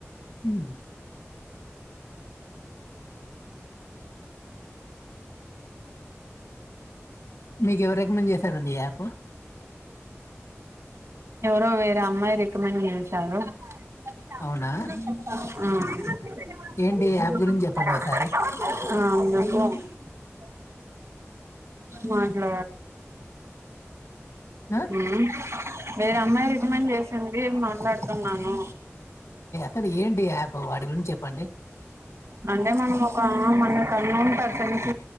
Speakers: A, on the left; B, on the right.
A: మ్మ్ మీకు ఎవరు రికమెండ్ చేస్ సరండి యాపు
B: ఎవరో వేరే అమ్మాయి రికమెండ్ చేసారు <unintelligible>
A: అవునా
B: మ్
A: ఏంటి ఈ యాప్ గురించి చెప్పండి ఒకసారి
B: అందుకు మాట్ల
A: ఆ
B: హు వేరే అమ్మాయి రికమెండ్ చేసింది మాట్లాడుతున్నాను
A: కాదు ఏం టి యాప్ వాటి గురించి చెప్పండి
B: అంటే మనం ఒక మనక్ అన్నోన్ పర్సన్స్